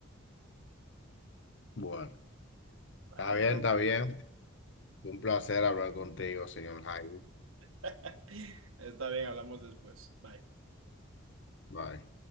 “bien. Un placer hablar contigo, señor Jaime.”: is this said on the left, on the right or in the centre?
Left